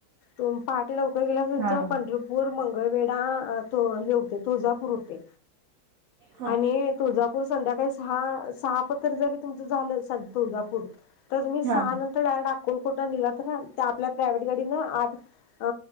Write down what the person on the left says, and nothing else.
<unintelligible> लवकर गेला याचं
पंढरपूर म मंगळवेडा तु हे होतय तुळजापूर ते
आणि तुळजापूर संध्याकाळी हां सहा पतुर जरी तुमच झालं तुळजापूर तर तुम्ही सहा
नंतर डायरेक्ट आं कोलकोटला निघला तर आपल्या प्रायव्हेट गाडीनं आठ अ